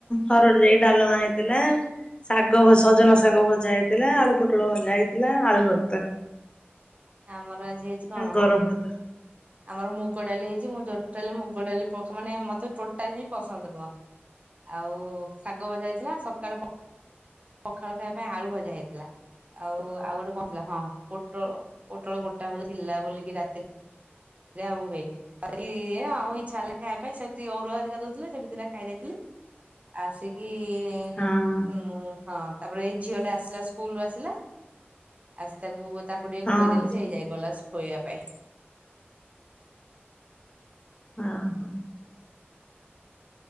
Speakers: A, on the left; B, on the right.
A: ହରଡ ଜାଇ ଡାଲମା ହେଇଥିଲା। ଶାଗ ଭ- ସଜନା ଶାଗ ଭଜା ହେଇଥିଲା ଆଳୁ ପୋଟଳ ଭଜା ହେଇଥିଲା ଆଳୁ ଭର୍ତା
B: ଆମର ଆଜି ହେଇଚି କଣ
A: ଗରମ ଭାତ।
B: ଆମର ମୁଗ ଡାଲି ହେଇଚି ମୁଁ ଜୋ ଟୋଟାଲେ ମୁଗ ଡାଲି ପକ୍- ମାନେ ମତେ ଟୋଟାଲେ ହିଁ ପସନ୍ଦ୍ ନୁହଁ। ଆଉ ଶାଗ ଭଜା ହେଇଥିଲା ସକାଳେ ପ ପଖାଳ ଖାଇବା ପାଇଁ ଆଳୁ ଭଜା ହେଇଥିଲା। ଆଉ- ଆଉ ଗୋଟେ କଣ ଥିଲା ହଁ ପୋଟଳ -ପୋଟଳ ଗୋଟା ଭଜା ଥିଲା ବୋଲିକି ରାତି ରେ ଆଉ ହେଇନି। କରି ଇଏ ଆଉ ଇଚ୍ଛା ହେଲାନି ଖାଇବା ପାଇଁ ସେଠି ଅରୁଆ ଦିଟା ଦଉଥିଲେ ସେଠି ଦିଟା ଖାଇ ଦେଇଥିଲି‌। ଆସିକି ଇ ଏ
A: ହଁ
B: ନୁଁ ହଁ ତାପରେ ଏଇ ଝିଅ ଟା ଆସିଲା ସ୍କୁଲରୁ ଆସିଲା। ଆସି ତାକୁ, ତାକୁ ଟିକେ
A: ହଁ
B: ଖୋଇଦେଲି ସେ ହେଇ ଯାଇ ଗଲା ଖୋଇବା ପାଇଁ।
A: ହଁ ହଁ।